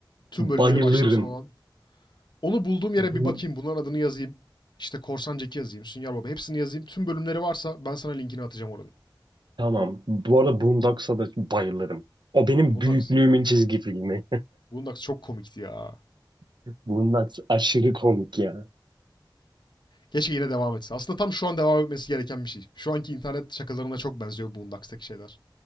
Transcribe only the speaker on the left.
Tüm
bölümleri baştan sona olan. Onu bulduğum yere
bir bakayım. Bunların adını yazayım. İşte Korsan Jack'i yazayım. Sünger Baba hepsini yazayım. Tüm bölümleri varsa ben sana linkini atacağım oranın.
Bundax,
Bundax çok komikti ya.
Keşke yine devam etse. Aslında tam şu an devam etmesi gereken bir şey. Şu anki internet şakalarına çok benziyor Boondocks'taki şeyler.